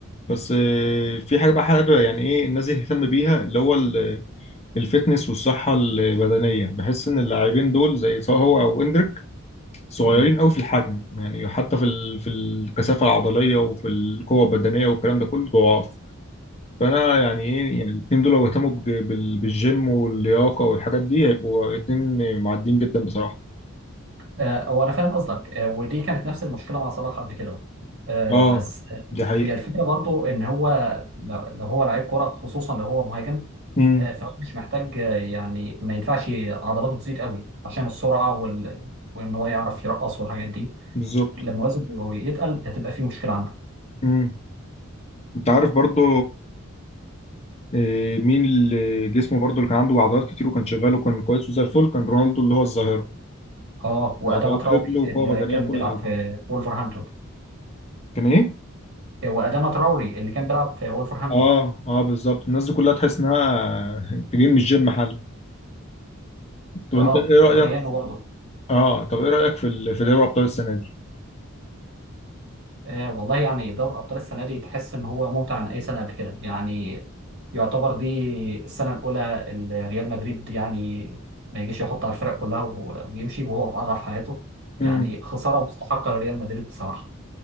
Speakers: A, on the left; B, on the right.
A: بس آه، في حاجه بقى حابب يعني ايه الناس دي تهتم بيها اللي هو الفتنس والصحة البدنية بحس إن اللاعبين دول زي سواء هو أو إندريك صغيرين
B: مم.
A: أوي في الحجم يعني حتى في ال... في الكثافة العضلية وفي القوة البدنية والكلام ده كله ضعاف فأنا يعني إيه يعني الاتنين دول لو اهتموا بج... بال... بالجيم واللياقة والحاجات دي هيبقوا اتنين معديين جدا بصراحة
B: آه، هو انا فاهم قصدك آه، ودي كانت نفس المشكله مع صلاح قبل كده آه،
A: آه
B: بس آه،
A: دي حقيقة
B: هي الفكره برضو ان هو لو لو هو لعيب كره خصوصا لو هو مهاجم
A: امم
B: آه، فهو مش محتاج آه، يعني ما ينفعش عضلاته تزيد قوي عشان السرعه وال... وان هو يعرف يرقص والحاجات دي
A: بالظبط
B: لما وزنه يتقل هتبقى في مشكله عنده
A: امم أنت عارف برضو إيه، مين اللي جسمه برضو اللي كان عنده عضلات كتير وكان شغال وكان كويس وزي الفل كان رونالدو اللي هو الظاهرة
B: اه واداما
A: عضلات
B: تراوري
A: رجل وقوة
B: اللي
A: بدنية
B: كان
A: وكل
B: بيلعب
A: حاجة
B: في وولفرهامبتون
A: كان ايه
B: آه، واداما تراوري اللي كان بيلعب في وولفرهامبتون
A: اه اه بالظبط الناس دي كلها تحس انها تجيب مش جيم حل طب
B: اه
A: انت ايه
B: وادريانو
A: رأيك
B: برضه
A: اه طب ايه رأيك في ال... في دوري ابطال السنة دي
B: آه والله يعني دوري الأبطال السنة دي تحس إن هو ممتع عن أي سنة قبل كده يعني يعتبر دي السنة الأولى اللي ريال مدريد يعني ما يجيش يحط على الفرق كلها و- ويمشي وهو في أضعف حالاته
A: امم
B: يعني خسارة مستحقة لريال مدريد بصراحة